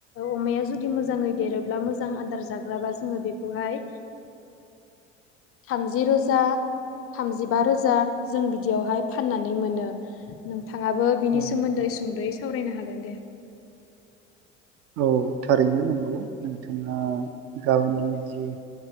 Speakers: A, on the left (about 40°); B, on the right (about 45°).
A: अमाया जुदि मोजाङै देरोब्ला मोजां आदार जाग्राबा जोङो बेखौहाय थामजि रोजा थामजिबा रोजा जों बिदियावहाय फाननानै मोनो नोंथाङाबो बिनि
B: औ
A: सोमोन्दै सुंद'यै सावरायनो हागोन। दे
B: औ थारैनो नंगौ नोंथाङा गावनि जि